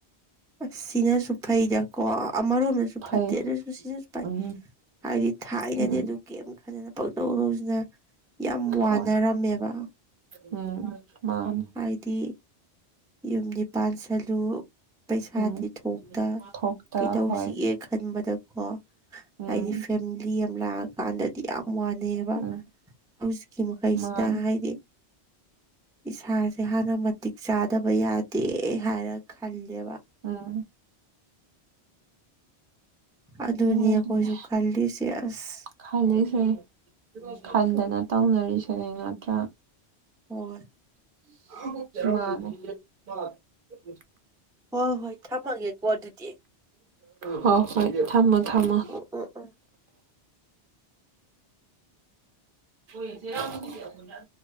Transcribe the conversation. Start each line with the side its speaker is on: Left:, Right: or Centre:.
Centre: ꯑ ꯁꯤꯅꯁꯨ ꯐꯩꯗꯀꯣ ꯑꯃꯔꯣꯝꯗꯁꯨ
Right: ꯐꯩ
Centre: ꯐꯠꯇꯦ ꯑꯗꯨꯁꯨ ꯁꯤꯅꯁꯨ ꯐꯥꯏ
Right: ꯎꯝ
Centre: ꯍꯥꯏꯕꯗꯤ ꯊꯥꯏꯅꯗꯤ
Right: ꯎꯝ
Centre: ꯑꯗꯨ ꯀꯩ ꯐꯖꯅ ꯄꯛꯇꯧꯗꯧꯁꯤꯅ ꯌꯥꯝ ꯋꯥꯅꯔꯝꯃꯦꯕ
Right: ꯍꯣꯏ ꯎꯝ ꯃꯥꯅꯤ
Centre: ꯍꯥꯏꯗꯤ ꯌꯨꯝ ꯄꯥꯟꯁꯜꯂꯨ ꯄꯩꯁꯥꯗꯤꯤ
Right: ꯎꯝ
Centre: ꯊꯣꯛꯇ
Right: ꯊꯣꯛꯇ
Centre: ꯀꯩꯗꯧꯁꯤꯒꯦ
Right: ꯍꯣꯏ
Centre: ꯈꯟꯕꯗꯀꯣ
Right: ꯎꯝ
Centre: ꯍꯥꯏꯗꯤ ꯐꯦꯃꯤꯂꯤ ꯑꯃ ꯂꯥꯛꯑꯀꯥꯟꯗꯗꯤ ꯌꯥꯝ ꯃꯥꯟꯅꯩꯑꯕ
Right: ꯎꯝ
Centre: ꯍꯧꯖꯤꯛꯀꯤ ꯃꯈꯩꯁꯤꯅ
Right: ꯃꯥꯅꯤ
Centre: ꯍꯥꯏꯗꯤ ꯏꯁꯥꯁꯦ ꯍꯥꯟꯅ ꯃꯇꯤꯛ ꯆꯥꯗ ꯌꯥꯗꯦ ꯍꯥꯏꯔ ꯈꯟꯂꯦꯕ
Right: ꯎ
Centre: ꯑꯅꯌꯥ
Right: ꯑꯗꯨꯅꯦ
Centre: ꯀꯖꯨꯀꯥꯟꯂꯤꯁꯌꯥꯁ
Right: ꯈꯜꯂꯤꯁꯦ ꯈꯟꯗꯅ ꯇꯧꯅꯔꯤꯁꯤꯅꯦ ꯅꯠꯇ꯭ꯔꯥ
Centre: ꯍ
Right: ꯑ
Centre: ꯍꯣꯏ ꯍꯣꯏ ꯊꯝꯃꯒꯦꯀꯣ ꯑꯗꯨꯗꯤ
Right: ꯍꯣ ꯍꯣꯏ ꯊꯝꯃꯣ ꯊꯝꯃꯣ
Centre: ꯎꯝ ꯎꯝ ꯎꯝ
Right: ꯑꯣꯏꯆꯔ